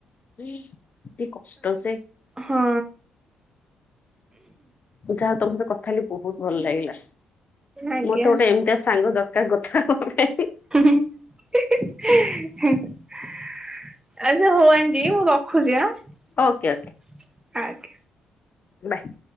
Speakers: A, on the left (about 45°); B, on the right (about 20°).
A: ଏତେ କଷ୍ଟ ସେ
B: ହଁ
A: ଯାହା ତମ ସତ କଥା ହେଲି ବହୁତ ଭଲ ଲାଗିଲା
B: ଆଜ୍ଞା
A: ମତେ ଗୋଟେ ଏମିତିଆ ସାଙ୍ଗ ଦର କାର୍ କଥା ହବା ପାଇଁ।
B: ହୁ ହୁଁ <unintelligible> ଦି ମୁଁ ରଖୁଛି ଆଜ୍ଞା।
A: ଓକେ ଓକେ ବାଏ।